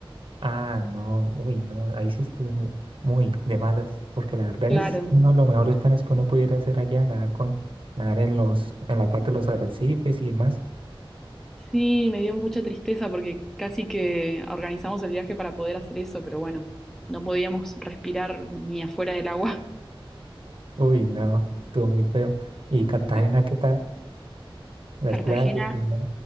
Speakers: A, on the right; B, in the centre.
A: Ah, no, uy, no, ahí sí estuvo mu- muy, de malas, porque la verdad
B: Claro.
A: es uno de los mejores planes que uno pudiera hacer allá, nadar con, nadar en los, en la parte de los arrecifes y demás.
B: Sí, me dio mucha tristeza porque casi que organizamos el viaje para poder hacer eso, pero bueno, no podíamos respirar ni afuera del agua.
A: Uy, no, estuvo muy feo. ¿Y Cartagena
B: Sí.
A: qué tal? Las
B: Cartagena,
A: playas, y demás.